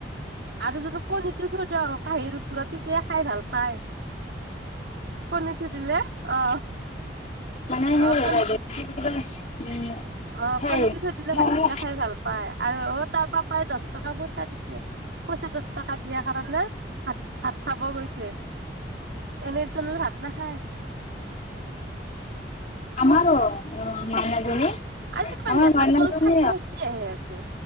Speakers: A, on the right; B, on the left.
A: আৰু যদি কণীটো থৈ দিও কাঁহীৰ ওপৰত তেতিয়াই খাই ভাল পা পাই, কণী থৈদিলে অ
B: মানে
A: অ কণী
B: <unintelligible>
A: অ
B: কয়
A: কণীটো
B: উম
A: থৈ দিলে ভাতকেইটা
B: সেই
A: খাই ভাল পায়। আৰু অ তাৰ পাই দছ টকা পইচা দিছে। পইচা দছ টকা দিয়াৰ কাৰণে ভাত ভাত খাব গৈছে। এনেই তোনৰ ভাত নাখায়।
B: আমাৰো, অ মাইনাজনী
A: উম হো আজি কিবা
B: আমাৰ
A: নেটকটো
B: মাইনাজনী
A: ফাঁচি ফাচি আহি আছে।